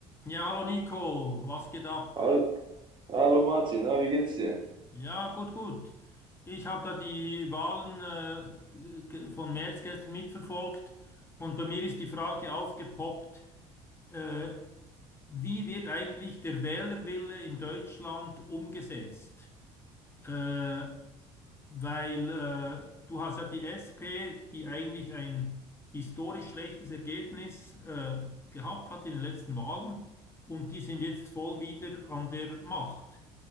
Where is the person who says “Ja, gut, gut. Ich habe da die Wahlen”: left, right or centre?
Left